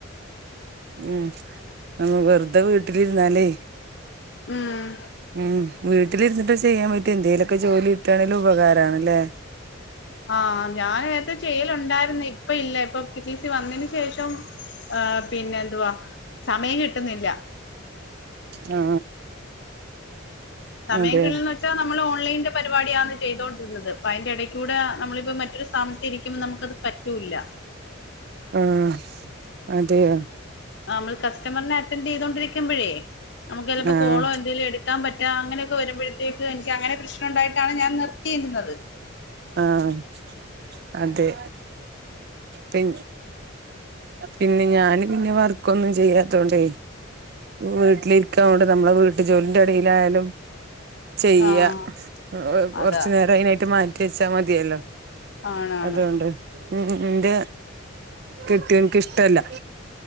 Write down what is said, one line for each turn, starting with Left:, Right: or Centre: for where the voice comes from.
Right: ഉം നമ്മ വെറുതെ വീട്ടിലിരുന്നാലേ
Left: ഉം
Right: ഉം വീട്ടിലിരുന്നിട്ട് ചെയ്യാൻ പറ്റിയെ എന്തേലും ക്ക് ജോലി ഇട്ടണെലും ഉപകാരണല്ലേ
Left: ആഹ ഞാൻ നേരത്ത ചെയ്യലുണ്ടായിരുന്നു ഇപ്പ ഇല്ല ഇപ്പൊ പിടി സി വന്നെൻ ച്ച ശേഷം പിന്നെ എന്തുവാ സമയം കിട്ടുന്നില്ല
Right: ആ
Left: സമയം
Right: അതെ
Left: കിൽന്ന് വെച്ചാ നമ്മൾ ഓൺലൈൻ പരിപാടിയാണ് ചെയ്തോണ്ടിരുന്നത് അപ്പയിന്റെടക് കൂടെ നമ്മളിപ്പോ മറ്റൊരു സ്ഥാനത്തിരിക്കുമ്പോ നമുക്കത് പറ്റൂല്ല
Right: ആഹ അതെയ
Left: ആമ്മൾ കസ്റ്റമറിനെ തെന്തേയുതോണ്ടിരിക്കുമ്പോഴേ നമുക്ക് ചിലപ്പോ
Right: ആഹ്
Left: കോളോ എന്തേലും എടുക്കാൻ പറ്റ അങ്ങനൊക്കെ വരുമ്പോഴേത് ക്ക് <unintelligible> അങ്ങനെ പ്രശ്ം നുണ്ടായിട്ടാണ് ഞാൻ നിർത്തിയിരുന്നത്
Right: ആഹ് അതെ പി പിന്നെ ഞാൻ പിന്നെ വർക്കൊന്നും ചെയ്യാത്തോണ്ടേ വീട്ടിലിരിക്കാ അതൊണ്ട് നമ്മള വീട്ട് ജോലിൻ്റെ ഇടയിലായാലും ചെയ്യ
Left: ആഹ്
Right: എഹ് കുറച്ചു
Left: അതാ
Right: നേരായി നെ മാറ്റിവെച്ചാ മതിയല്ലോ
Left: ആണാണ്
Right: അതുകൊണ്ട് ഉം ഉം ണ്ട് കെട്ടിയോന്ക്ക് ഇഷ്ടല്ല.